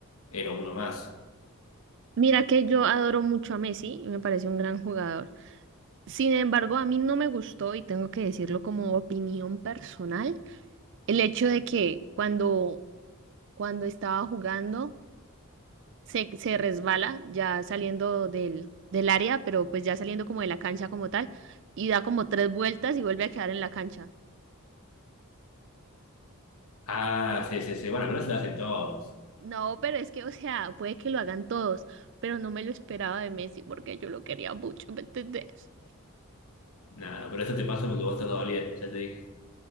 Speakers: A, on the left; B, on the right.
A: era uno más.
B: Mira que yo adoro mucho a Messi y me parece un gran jugador. Sin embargo, a mí no me gustó, y tengo que decirlo como opinión personal, el hecho de que cuando, cuando estaba jugando se, se resbala ya saliendo del, del área, pero pues ya saliendo como de la cancha como tal, y da como tres vueltas y vuelve a quedar en la cancha.
A: Ah, sí, sí, sí. Bueno, pero eso lo hacen todos.
B: No, pero es que, o sea, puede que lo hagan todos, pero no me lo esperaba de Messi porque yo lo quería mucho, ¿me entendés?
A: Nada, pero eso te pasa porque vos estás dolida, ya te dije.